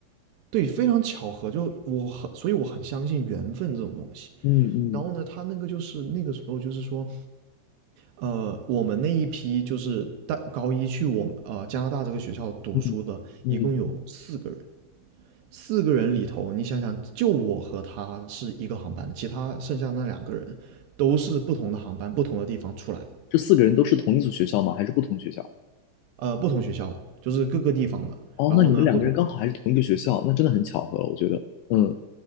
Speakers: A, on the right; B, on the left.
A: 对非常巧合，就我很，所以我很相信缘分这种东西。
B: 嗯嗯
A: 然后呢，他那个就是那个时候就是说，呃，我们那一批就是大高一去我呃加拿大这个学校读书的，
B: 嗯嗯，
A: 一共有四个人。四个人里头，你想想，就我和他是一个航班的其他剩下那两个人都是不同的航班、不同的地方出来的，
B: 这四个人都是同一所学校吗？还是不同学校？
A: 呃，不同学校的，就是各个地方的。
B: 哦，
A: 然后呢，
B: 那你们两个人刚好还是同一个学校，
A: 不同，
B: 那真的很巧合，我觉得。嗯